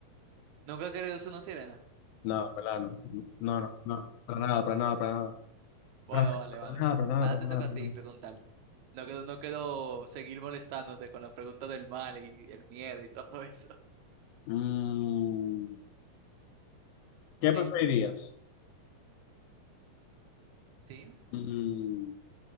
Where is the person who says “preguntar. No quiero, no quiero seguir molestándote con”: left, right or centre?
Right